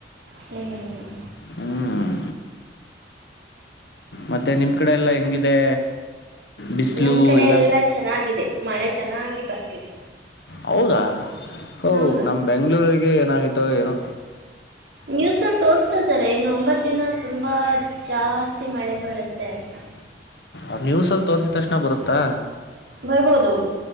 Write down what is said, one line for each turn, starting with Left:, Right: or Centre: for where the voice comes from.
Right: ಹ್ಮ್
Left: ಹ್ಮ್ ಮತ್ತೆ ನಿಮ ಕಡೆ ಎಲ್ಲ ಹೆಂಗಿದೆ ಬಿಸಿಲು
Right: ನಮ್ ಕಡೆ
Left: ಎಲ್ಲ
Right: ಎಲ್ಲಾ ಚೆನ್ನಾಗಿದೆ ಮಳೆ ಚೆನ್ನ ಬರ್ತಿದೆ
Left: ಹೌದಾ ಹೌ
Right: ಹೌದು
Left: ನಮ್ಮ್ ಬೆಂಗಳೂರು ಏನಾಯ್ತೋ ಏನೋ
Right: ನ್ಯೂಸ್ ಅಲ್ಲಿ ತೋರ್ಸ್ತಾ ಇದಿದ್ದಾರೆ ಇನ್ನು ಒಂಬತ್ತು ದಿನ ತುಂಬಾ ಜಾಸ್ತಿ ಮಳೆ ಬರುತ್ತೆ ತ್ತ
Left: ಅದ್ ನ್ಯೂಸಲ್ಲಿ ತೋರ್ಸಿದ್ ತಕ್ಷಣ ಬರುತ್ತಾ
Right: ಬರ್ಬೋದು